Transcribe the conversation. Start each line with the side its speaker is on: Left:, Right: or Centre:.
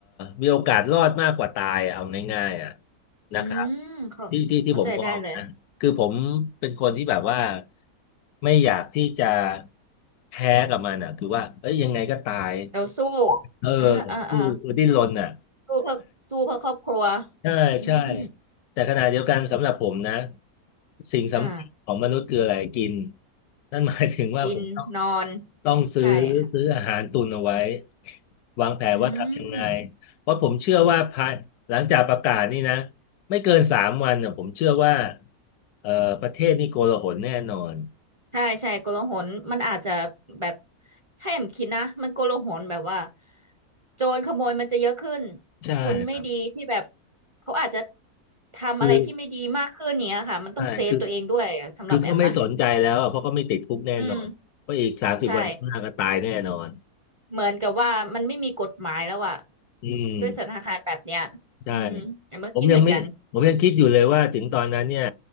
Left: มีโอกาสรอดมากกว่าตายอะเอาง่ายๆอ่ะ นะครับ
Right: อืมเข้าเข้าใจได้เลย
Left: ที่ที่ที่ผมมองนะคือผมเป็นคนที่แบบว่าไม่อยากที่จะแพ้กับมันอ่ะคือว่าเอ้ยยังไงก็ตาย
Right: เราสู้
Left: เออ
Right: อ่าอ่าอ่า
Left: สู้คือดิ้นรนอ่ะ
Right: สู้เพื่อสู้เพื่อครอบครัว
Left: ใช่ใช่
Right: อืม
Left: แต่ขณะเดียวกันสำหรับผมนะสิ่งสำคัญของมนุษย์คืออะไรกิน
Right: อ่า
Left: นั่นหมายถึงว่าผมต้อง
Right: กินนอน
Left: ต้องซื้อซื้ออาหารตุนเอาไว้
Right: ใช่ค่ะ
Left: วางแผนว่าทำยังไง
Right: อืม
Left: เพราะผมเชื่อว่าภายหลังจากประกาศนี่นะไม่เกินสามวันน่ะผมเชื่อว่าเอ่อประเทศนี่โกลาหลแน่นอน
Right: ใช่ใช่โกลาหลมันอาจจะแบบถ้าแอมคิดนะ มันโกลาหลแบบว่าโจรขโมยมันจะเยอะขึ้น
Left: ใช่ครับ
Right: คนไม่ดีที่แบบเขาอาจจะทำอะไรที่ไม่ดีมากขึ้นเนี้ยค่ะ
Left: คือ
Right: มันต้องเซฟตัวเองด้วยอะสำหรับแอมนะ
Left: ใช่คือคือเขาไม่สนใจแล้วอะเพราะเขาไม่ติดคุกแน่นอนเพราะอีกสามสิบวันข้างหน้าก็ตายแน่นอน
Right: อืมใช่ เหมือนกับว่ามันไม่มีกฎหมายแล้วอะ
Left: อืม
Right: ด้วยสถานการณ์แบบเนี้ยอืมแอมก็คิดเหมือนกัน
Left: ใช่ผมยังไม่ผมยังคิดอยู่เลยว่าถึงตอนนั้นเนี่ย